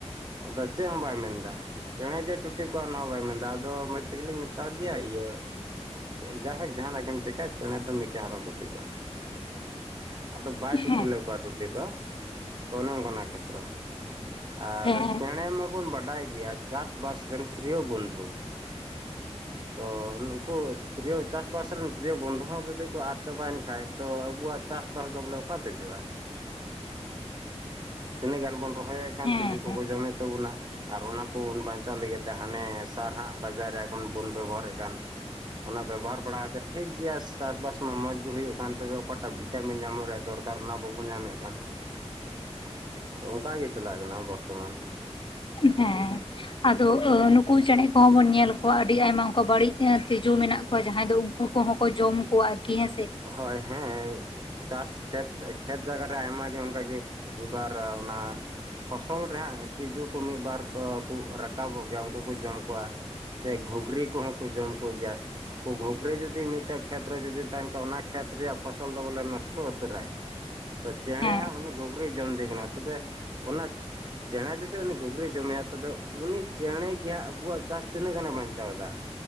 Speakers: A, on the right; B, on the left.
A: ᱟᱫᱚ ᱪᱮᱫ ᱦᱚᱸ ᱵᱟᱭ ᱢᱮᱱᱫᱟ ᱪᱮᱬᱮ ᱡᱮ ᱴᱩᱴᱤ ᱠᱚᱣᱟ ᱚᱱᱟᱦᱚᱸ ᱵᱟᱭ ᱢᱮᱱᱫᱟ ᱟᱫᱚ ᱢᱚᱡᱽ ᱛᱮᱜᱮᱞᱤᱧ ᱢᱮᱛᱟ ᱫᱮᱭᱟ ᱤᱭᱟᱹ ᱡᱟᱭ ᱦᱳᱠ ᱡᱟᱦᱟᱱᱟᱜ ᱜᱮᱢ ᱪᱤᱠᱟᱹᱭ ᱪᱮᱬᱮ ᱫᱚ ᱢᱤᱫᱴᱮᱱ ᱦᱟᱨᱚᱢ ᱨᱩᱴᱤ ᱠᱚᱣᱟ ᱟᱫᱚ ᱵᱟᱭ ᱴᱩᱴᱤ
B: ᱦᱮᱸ
A: ᱞᱮᱫ ᱠᱚᱣᱟ ᱴᱩᱴᱤ ᱫᱚ ᱛᱚ ᱚᱱᱮ ᱚᱱᱠᱟᱜᱱᱟ ᱠᱷᱮᱛᱨᱚ ᱟᱨ
B: ᱦᱮᱸ
A: ᱪᱮᱬᱮ ᱢᱟᱵᱚᱱ ᱵᱟᱰᱟᱭ ᱜᱮᱭᱟ ᱪᱟᱥᱵᱟᱥ ᱨᱮᱱ ᱯᱤᱨᱤᱭᱚ ᱵᱚᱱᱫᱷᱩ ᱛᱚ ᱱᱩᱠᱩ ᱯᱨᱤᱭᱚ ᱪᱟᱥ ᱵᱟᱥ ᱨᱮᱱ ᱯᱤᱨᱤᱭᱚ ᱵᱚᱱᱫᱷᱩ ᱦᱚᱸ ᱡᱩᱫᱤ ᱠᱚ ᱟᱫ ᱪᱟᱵᱟᱭᱮᱱ ᱠᱷᱟᱡ ᱛᱚ ᱟᱵᱚᱣᱟᱜ ᱪᱟᱥ ᱵᱟᱥ ᱫᱚ ᱵᱚᱞᱮ ᱚᱠᱟᱛᱮ ᱦᱤᱡᱩᱜᱼᱟ ᱛᱤᱱᱟᱹᱜ ᱜᱟᱱ ᱵᱚᱱ ᱨᱚᱦᱚᱭᱮᱫ ᱠᱟᱱ
B: ᱦᱮᱸ
A: ᱛᱤᱡᱩ ᱠᱚᱠᱚ ᱡᱚᱢᱮᱫ ᱛᱟᱵᱚᱱᱟ ᱟᱨ ᱚᱱᱟ ᱠᱚ ᱵᱚᱱ ᱵᱟᱧᱪᱟᱣ ᱞᱟᱹᱜᱤᱫ ᱛᱮ ᱦᱟᱱᱮ ᱥᱟᱨᱦᱟᱜ ᱵᱟᱡᱟᱨ ᱨᱮ ᱮᱠᱷᱚᱱ ᱵᱚᱱ ᱵᱮᱵᱚᱦᱟᱨᱮᱫ ᱠᱟᱱ ᱚᱱᱟ ᱵᱮᱵᱚᱦᱟᱨ ᱵᱟᱲᱟ ᱠᱟᱛᱮᱫ ᱴᱷᱤᱠ ᱜᱮᱭᱟ ᱪᱟᱥ ᱵᱟᱥ ᱢᱟ ᱢᱚᱸᱡᱽ ᱜᱮ ᱦᱩᱭᱩᱜ ᱠᱟᱱ ᱛᱚᱵᱮ ᱚᱠᱟᱴᱟᱜ ᱵᱷᱤᱴᱟᱢᱤᱱ ᱧᱟᱢᱚᱜ ᱨᱮᱭᱟᱜ ᱫᱚᱨ ᱠᱟᱨ ᱚᱱᱟ ᱵᱟᱵᱚᱱ ᱧᱟᱢᱮᱫ ᱠᱟᱱ
B: <inaudible>
A: ᱛᱚ ᱚᱱᱠᱟ ᱜᱮ ᱪᱟᱞᱟᱜ ᱠᱟᱱᱟ ᱵᱚᱨᱛᱚᱢᱟᱱ
B: ᱦᱮᱸ ᱟᱫᱚ ᱱᱩᱠᱩ ᱪᱮᱬᱮ ᱠᱚᱦᱚᱸ ᱵᱚᱱ ᱧᱮᱞ ᱠᱚᱣᱟ ᱟᱹᱰᱤ ᱟᱭᱢᱟ ᱚᱱᱠᱟ ᱵᱹᱲᱤᱡ ᱛᱤᱡᱩ ᱢᱮᱱᱟᱜ ᱠᱚᱣᱟ ᱡᱟᱦᱟᱸᱭ ᱫᱚ <inaudible> ᱠᱚᱦᱚᱸ ᱠᱚ ᱡᱚᱢ ᱠᱚᱣᱟ ᱟᱨᱠᱤ ᱦᱮ
A: ᱦᱳᱭ ᱦᱮᱸ ᱪᱟᱥ ᱠᱷᱮᱛ ᱠᱷᱮᱛ ᱡᱟᱭᱜᱟ ᱨᱮ ᱟᱭᱢᱟ ᱜᱮ ᱚᱱᱠᱟᱜᱮ ᱢᱤᱫ ᱵᱟᱨ ᱚᱱᱟ ᱯᱷᱚᱥᱚᱞ ᱨᱮᱦᱟᱸᱜ ᱛᱤᱡᱩ ᱠᱚ ᱢᱤᱜ ᱵᱟᱨ ᱠᱚ ᱨᱟᱠᱟᱵᱚᱜ ᱜᱮᱭᱟ ᱩᱝᱠᱩ ᱠᱚ ᱡᱚᱢ ᱠᱚᱣᱟ᱾ ᱥᱮ ᱜᱷᱩᱜᱽᱨᱤ ᱠᱚᱦᱚᱸ ᱠᱚ ᱡᱚᱢ ᱠᱚ ᱜᱮᱭᱟ ᱠᱩ ᱜᱷᱩᱜᱽᱨᱤ ᱡᱩᱫᱤ ᱢᱤᱜᱴᱮᱜ ᱠᱷᱮᱛᱨᱮ ᱡᱩᱫᱤ ᱛᱟᱦᱮᱱ ᱛᱚ ᱚᱱᱟ ᱠᱷᱮᱛ ᱨᱮᱭᱟᱜ ᱯᱷᱚᱥᱚᱞ ᱫᱚ ᱵᱚᱞᱮ ᱱᱚᱥᱴᱚ ᱩᱛᱟᱹᱨᱟᱭ᱾ ᱛᱚ ᱪᱮᱬᱮ
B: ᱦᱮᱸ
A: ᱦᱟᱸᱜ ᱩᱱᱤ ᱜᱷᱩᱜᱨᱤᱭ ᱡᱚᱢᱫᱮ ᱠᱟᱱᱟ ᱛᱚᱵᱮ ᱚᱱᱟ ᱪᱮᱬᱮ ᱡᱩᱫᱤ ᱩᱱᱤ ᱜᱷᱩᱜᱽᱨᱤᱭ ᱡᱚᱢᱮᱭᱟ ᱛᱚᱵᱮ ᱩᱱᱤ ᱪᱮᱬᱮ ᱜᱮᱦᱟᱸᱜ ᱟᱵᱚᱣᱟᱜ ᱪᱟᱥ ᱛᱤᱱᱟᱹᱜ ᱜᱟᱱᱮ ᱵᱟᱧᱪᱟᱣ ᱫᱟ